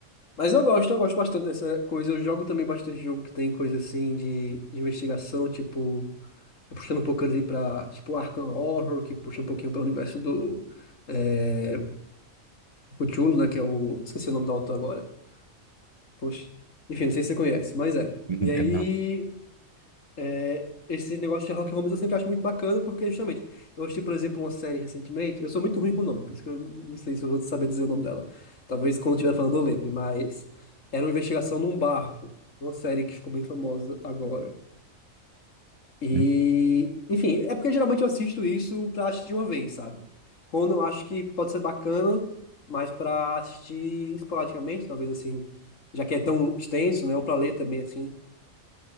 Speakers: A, on the left; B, on the right.
A: Mas eu gosto, eu gosto bastante dessa coisa. Eu jogo também bastante jogo que tem coisa assim de, de investigação, tipo puxando um pouco ali pra, tipo, Arkham Horror, que puxa um pouquinho para o universo do é, Cthulhu, né, que é o... Esqueci o nome do autor agora. Poxa. Enfim, não sei se você conhece, mas é.
B: Hum,
A: E aí,
B: eu não.
A: é, esse negócio de Sherlock Holmes eu sempre acho muito bacana, porque justamente, eu assisti, por exemplo, uma série recentemente, eu sou muito ruim com o nome, por isso que eu não sei se eu vou saber dizer o nome dela. Talvez quando eu estiver falando eu lembre, mas era uma investigação num barco, uma série que ficou bem famosa agora. E,
B: Hum.
A: enfim, é porque geralmente eu assisto isso pra assistir uma vez, sabe? Quando eu acho que pode ser bacana, mas pra assistir esporadicamente, talvez assim, já que é tão extenso, né? Ou pra ler também, assim.